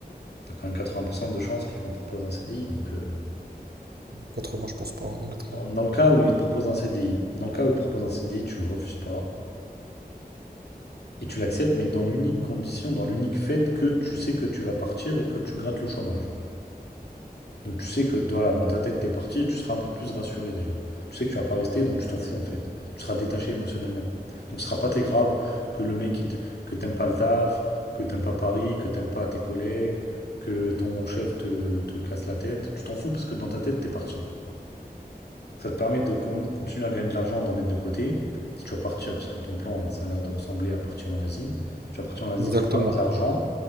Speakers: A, on the left; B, on the right.
A: T'as quand même 80% de chances qu'ils vont te proposer un CDI, donc. euh,
B: 80, je pense pas, honnêtement.
A: Dans dans le cas où il te propose un CDI. Dans le cas où il te propose un CDI, tu le refuses pas et tu l'acceptes, mais dans l'unique condition, dans l'unique fait que tu sais que tu vas partir et que tu grattes le chômage. Donc tu sais que voilà, dans ta tête, t'es parti et tu seras un peu plus rassuré déjà. Tu sais que tu vas pas rester, donc tu t'en fous en fait. Tu seras détaché émotionnellement. Donc ce sera pas très grave que le mec, il te- que t'aimes pas le taf, que t'aimes pas Paris, que t'aimes pas tes collègues, que ton chef te, te casse la tête. Tu t'en fous parce que dans ta tête, t'es parti. Ça te permet de con- continuer à gagner de l'argent, d'en mettre de côté. Si tu vas partir, parce que ton plan, hein, ça a l'air de ressembler à partir en Asie. Tu vas partir en Asie,
B: Exactement.
A: tu pars avec de l'argent.